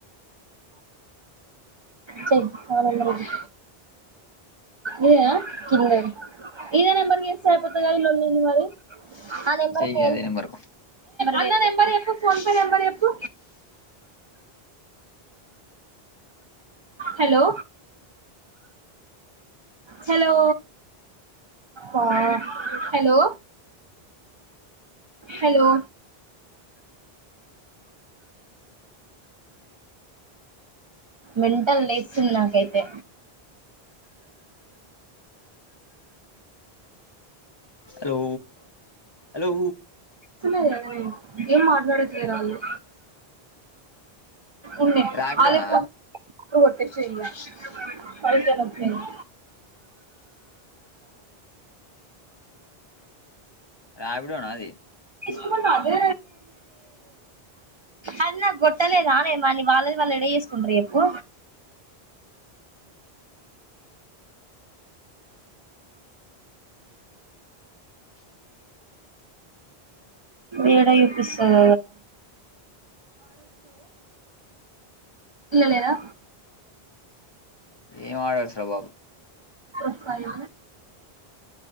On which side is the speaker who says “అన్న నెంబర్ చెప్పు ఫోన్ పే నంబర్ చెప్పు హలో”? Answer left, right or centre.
Right